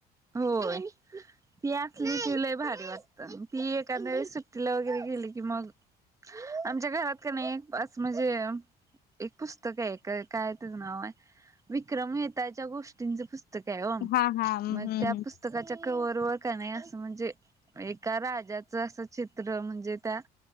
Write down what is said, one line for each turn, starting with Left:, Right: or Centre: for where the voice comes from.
Right: होय ती असली कि लइ भारी वाटत ती एखादवेळेस सुट्टीला वै गेरे गेली कि मग आमच्या घरात का नाही असं म्हणजे एक पुस्तक आहे का काय तचं नाव आहे विक्रम मेहताच्या गोष्टींच पुस्त काय हो
Left: हा हा हम्म
Right: मग
Left: हम्म
Right: त्या पुस्त काच्या कवर वर क नाही असं म्हणजे एका राजाचं असं चित्र म्हणजे त्या